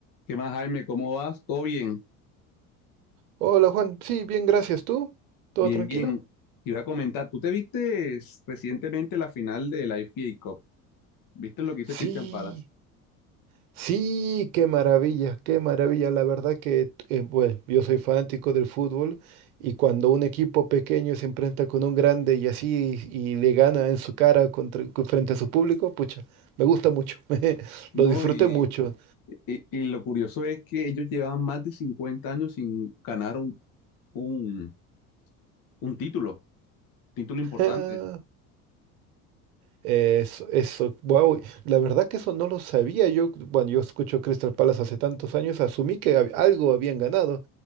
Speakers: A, on the left (about 50°); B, on the right (about 70°).
A: ¿Qué más, Jaime? ¿Cómo vas? ¿Todo bien?
B: Hola Juan, sí, bien, gracias. ¿Tú? ¿Todo
A: Bien,
B: tranquilo?
A: bien. Te iba a comentar, ¿tú te viste recientemente la final de la FA Cup? ¿Viste lo que hizo
B: Sí,
A: Christian Palace?
B: sí, qué maravilla, qué maravilla. La verdad que, eh, bueno, yo soy fanático del fútbol y cuando un equipo pequeño se enfrenta con un grande y así y le gana en su cara contra- frente a su público, pucha, me gusta mucho, <laughs>
A: No,
B: lo disfruté
A: y,
B: mucho.
A: y- y lo curioso es que ellos llevaban más de 50 años sin ganar un, un, un título, título
B: <laughs>
A: importante.
B: Eso, eso, wow, la verdad que eso no lo sabía. Yo, bueno, yo escucho Crystal Palace hace tantos años, asumí que hab- algo habían ganado,